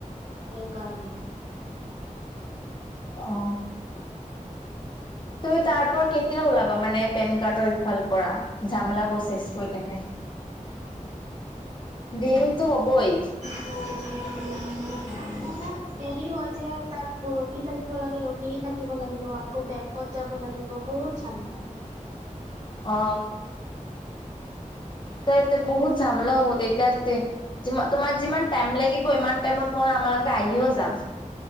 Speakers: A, on the right (about 60°); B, on the left (about 35°).
A: এই কাৰণে
B: অ তুমি তাৰ পৰা কেতিয়া ওলাবা মানে পেন কাৰ্ডৰ ইফাল পৰা ঝামেলা ব শেষ কৈ কোনাই বিহতো হ'বই
A: <unintelligible> বহুত দেৰি হয় যে তাত ৰখি থাকিব লাগে ৰখি থাকিব লাগিব আকৌ বেংক ত যাব লাগিব বহুত ঝাল লাগ
B: অ তো এতিয়া বহুত ঝামেলা হ'ব তেতিয়া তে তোমাৰ যিমান টাইম লাগিব ইমান টাইমত মই আমালোকে আহিও যাম